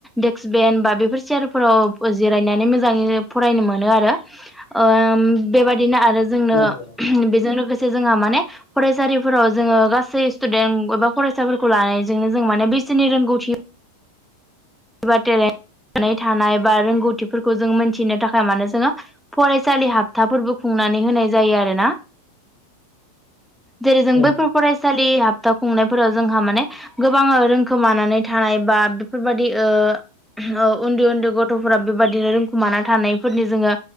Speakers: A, in the centre; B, on the left (about 40°).
A: देक्स बेन बा बेफोर सेेयार फोराव जिरायनानै मोजाङै फरायनो मोनो आरो। ओ बेबादिनो आ रो जोंनो
B: नंगौ नंगौ
A: बेजों लोगोसे जोंहा माने फरायसालिफोराव जोङो गासै स्टुडेन्ट एबा फरायसाफोरखौ लानायजोंनो जों माने बेसेनि रोंगौथि एबा टेले नानै थानाय बा रोंगौथिफोरखौ जों मोनथिनो थाखाय मानो जोङो फरायसालि हाबथाफोरबो खुं नानै होनाय जायो आरोना जरै जों
B: औ
A: बैफोर फरायस सालि हाबथा खुंनायफोराव जोंहा माने गोबां रोंखोमानानै थानाय बा बेफोरबा दि ओह ओ उन्दै उन्दै गथ'फोरा बेबायदिनो रोंखुमाना थानायफोरनि जोङो